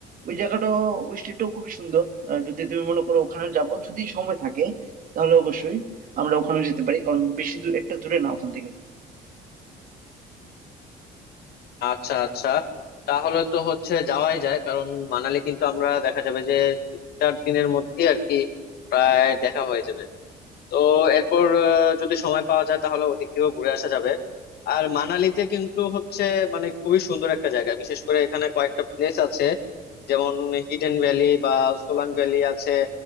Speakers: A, on the right; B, on the left.
A: ওই জায়গাটাও ওই স্টেটটাও খুবই সুন্দর আহ, যদি তুমি মনে করো ওখানে যাবো যদি সময় থাকে তাহলে অবশ্যই আমরা ওখানে যেতে পারি কারণ বেশি দূর একটা দূরে না ওখান থেকে
B: আচ্ছা আচ্ছা তাহলে তো হচ্ছে যাওয়াই যায় কারণ মানালি কিন্তু আমরা দেখা যাবে যে তিন চার দিনের মধ্যেই আর কি প্রায় দেখা হয়ে যাবে তো এরপর আহ, যদি সময় পাওয়া যায় তাহলে ওদিক থেকেও ঘুরে আসা যাবে আর মানালিতে কিন্তু হচ্ছে মানে খুবই সুন্দর একটা জায়গা বিশেষ করে এখানে কয়েকটা প্লেস আছে যেমন হিডেন ভ্যালি বা সোলাং ভ্যালি আছে